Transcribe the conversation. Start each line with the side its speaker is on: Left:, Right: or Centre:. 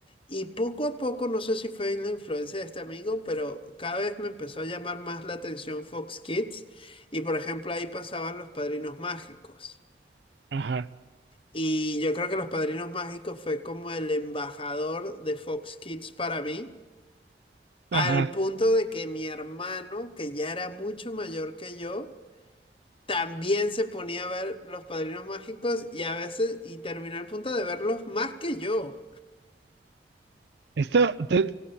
Left: Y poco a poco, no sé si fue en la influencia de este amigo, pero cada vez me empezó a llamar más la atención Fox Kids. Y por ejemplo, ahí pasaban Los Padrinos Mágicos.
Right: ajá,
Left: Y yo creo que Los Padrinos Mágicos fue como el embajador de Fox Kids para mí,
Right: ajá.
Left: al punto de que mi hermano, que ya era mucho mayor que yo, también se ponía a ver Los Padrinos Mágicos y a veces, y terminó al punto de verlos más que yo.
Right: Esta, te-